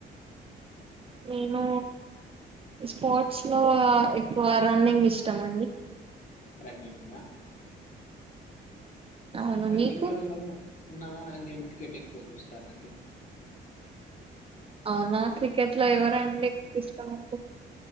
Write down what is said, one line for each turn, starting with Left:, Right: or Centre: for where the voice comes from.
Right: నేను స్పోర్ట్స్ లో ఎక్కువ రన్నింగ్ ఇష్టం అండి
Left: రన్నింగా
Right: అవును
Left: రన్నింగ్
Right: మీకు
Left: లో ఎవరేమ నా నేను క్రికెట్ ఎక్కువ చూస్తానండి
Right: అవునా క్రికెట్ లో ఎవరండి ఎక్కువ ఇష్టమ అండి